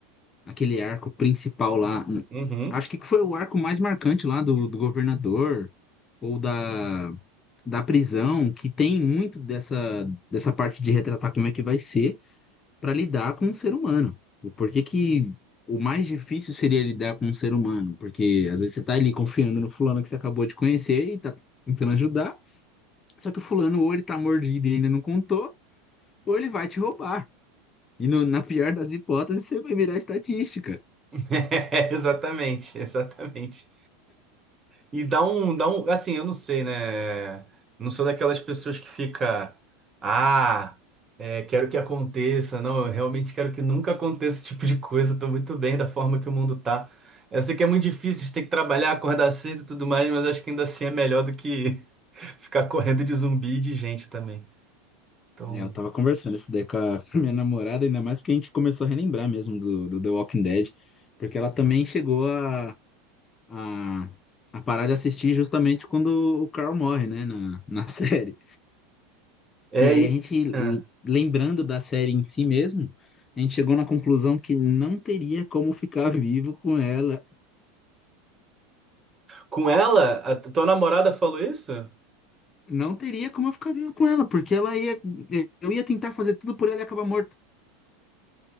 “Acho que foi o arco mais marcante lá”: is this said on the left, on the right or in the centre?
Left